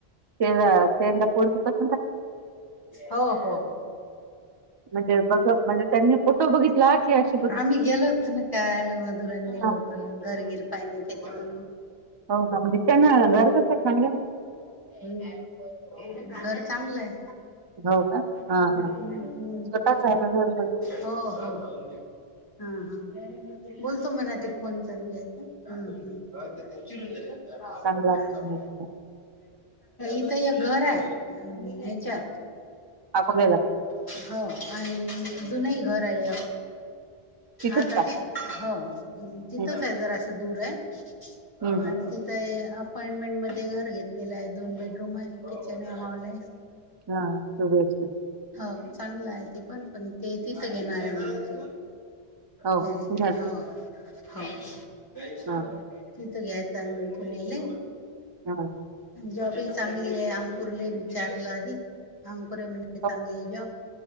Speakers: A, on the right; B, on the left.
A: त्याला त्याला पोरगी पसंत आहे का?
B: हो. हो.
A: म्हणजे बघ म्हणजे त्यांनी फोटो बघितला की अशी बघितली?
B: आम्ही गेलो होतो ना. काल मधुरानी
A: हा
B: नेलं
A: हा.
B: होतं घरबीर पाय नाही तेथे म्हणून.
A: हो का? म्हणजे त्यांन घर कसं चांगलं आहे ना?
B: हम्म, घर चांगलं आहे.
A: ना? हो का?
B: हं
A: हा हा
B: हं,
A: स्वतःच आहे का घर
B: हो हो. हा हा बोल तू मना ते फोन चालूएत हम्म हम्म. चालू
A: चांगला
B: ए
A: अच्छा.
B: इथ एक घर. ताय हम्म हेच्या.
A: अकोल्याला का?
B: हो आणि
A: हा.
B: जुनही घर आहे,
A: तिथंच
B: आता
A: का?
B: ते हो तिथच
A: हम्म
B: ए जरा असं दूर आहे
A: हम्म
B: आणखी ते अपार्टमेंट मध्ये घर घेतलेलं ए दोन बेडरूम ए किचन ए हॉल ए.
A: हा सुरू असत.
B: हो चांगलं आहे ते पण पण ते तिथं घेणार आहे म्हण ते.
A: हो
B: झाले
A: पुण्यात
B: हो हो, तिथं
A: हा
B: घ्याय टाइमवर पण नेलंय.
A: <unintelligible>
B: जॉबही चांगली ए अंकुरले विचारलं आदी. पोर म्हने
A: हो.
B: चांगली ए जॉब,